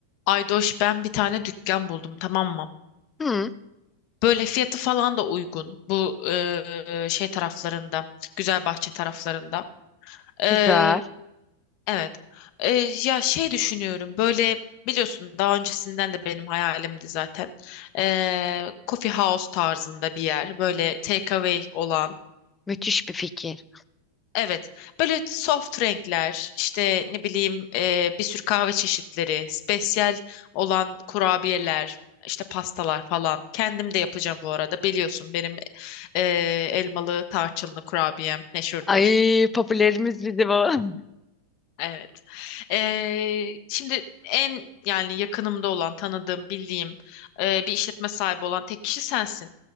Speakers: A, on the left; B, on the left.
A: Aydoş ben bir tane dükkan buldum tamam mı?
B: Hı,
A: Böyle fiyatı falan da uygun bu eee, şey taraflarında, Güzelbahçe taraflarında. Eee,
B: güzel.
A: evet. Eee, ya şey düşünüyorum böyle biliyorsun daha öncesinden de benim hayalimdi zaten. Eee coffee house tarzında bir yer böyle takeaway olan.
B: Müthiş bir fikir.
A: Evet, böyle soft renkler, işte ne bileyim e, bir sürü kahve çeşitleri, spesiyel olan kurabiyeler, işte pastalar falan. Kendim de yapacağım bu arada. Biliyorsun benim e, elmalı tarçınlı kurabiyem meşhurdur.
B: Ay popülerimiz bizi bu. <laughs>
A: Evet. E, şimdi en yani yakınımda olan, tanıdığım, bildiğim e, bir işletme sahibi olan tek kişi sensin.